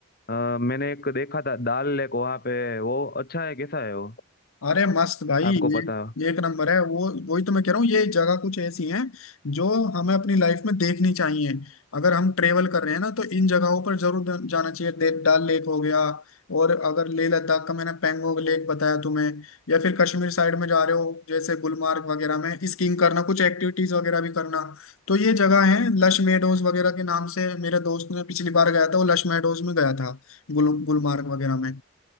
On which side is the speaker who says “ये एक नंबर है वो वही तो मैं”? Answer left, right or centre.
Left